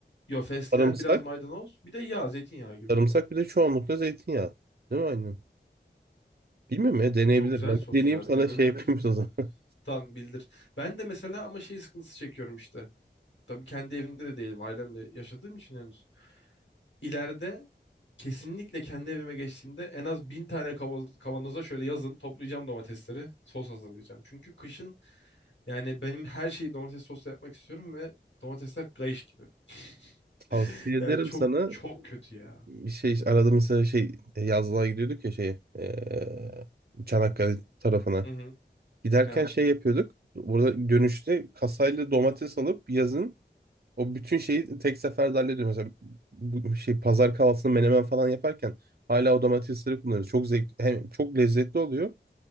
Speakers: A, on the left (about 85°); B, on the right (about 60°).
A: yo fesleğen
B: Sarımsak.
A: biraz maydanoz bir de yağ zeytinyağı gibi.
B: Sarımsak bir de çoğunlukla zeytinyağı. Değil mi aynen? Bilmiyorum ya deneyebilir.
A: Çok güzel
B: Ben
A: sos
B: bir deneyeyim
A: ya
B: sana
A: denenebilir.
B: şey yapayım o zaman. <laughs>
A: Tam bildir. Ben de mesela ama şey sıkıntısı çekiyorum işte. Tabii kendi evimde de değilim ailemle yaşadığım için henüz. İleride kesinlikle kendi evime geçtiğimde en az bin tane kavanoz- kavanoza şöyle yazın toplayacağım domatesleri sos hazırlayacağım. Çünkü kışın yani benim her şeyi domates sosla yapmak istiyorum ve domatesler kayış gibi. <laughs>
B: Tavsiye ederim
A: Yani çok
B: sana.
A: çok kötü ya.
B: Bir şey arada mesela şey yazlığa gidiyorduk ya şey eee, Çanakkale tarafına.
A: Hı hı.
B: Giderken
A: Evet
B: şey yapıyorduk. Burada dönüşte kasayla domates alıp yazın o bütün şeyi tek seferde hallediyoruz. Mesela bu şey pazar kahvaltısını menemen falan yaparken hala o domatesleri kullanıyoruz. Çok zevk hem çok lezzetli oluyor